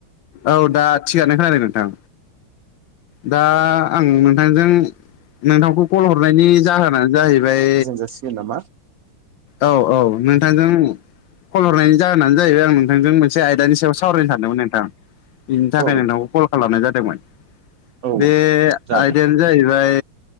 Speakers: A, on the left; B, on the right.
A: औ दा थिगानो खोनादों नोंथां। दा आं नोंथांजों नोंथांखौ कल हरनायनि जाहोनानो जाहैबाय।
B: जासिगोन नामा।
A: औ औ नोंथांजों खल हरनायनि जाहोनानो जाहैबाय आं नोंथांजों मोनसे। से आयदानि सायाव सावरायनो सानदोंमोन नोंथां बिनि थाखाय
B: औ
A: नोंथांखौ कल खालामनाय जादोंमोन।
B: औ
A: बे
B: जागोन
A: आयदा। जाहैबाय